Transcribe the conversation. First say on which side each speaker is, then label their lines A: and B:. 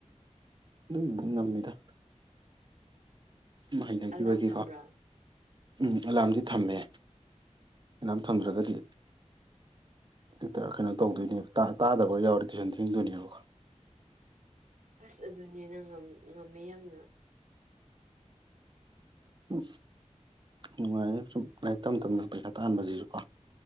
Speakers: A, on the right; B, on the right.
A: ꯑꯗꯨꯒꯤꯗꯤ <unintelligible> ꯁꯨꯝ ꯍꯩꯅꯈꯤꯕꯒꯤꯀꯣ
B: ꯑꯂꯥꯔꯝ ꯊꯝꯕ꯭ꯔꯥ
A: ꯎꯝ ꯑꯦꯂꯥꯝꯁꯦ ꯊꯝꯃꯦ ꯏꯝ ꯊꯝꯗ꯭ꯔꯒꯗꯤ ꯍꯦꯛꯇ ꯀꯩꯅꯣ ꯇꯧꯗꯣꯏꯅꯦꯕ ꯇꯥꯗꯕ ꯌꯥꯎꯔꯦ ꯇꯨꯏꯁꯟ ꯊ ꯍꯤꯡꯗꯣꯏꯅꯦꯕꯀꯣ
B: ꯑꯕꯁ ꯑꯗꯨꯅꯦꯅ ꯉꯝꯃꯤ ꯌꯥꯝꯅ
A: ꯎ ꯎ ꯅꯨꯡꯉꯥꯏꯌꯦ ꯁꯨꯝ ꯂꯥꯏꯔꯤꯛ ꯇꯝ ꯇꯝꯅ ꯄꯩꯁꯥ ꯇꯥꯍꯟꯕꯁꯤꯁꯨ ꯀꯣ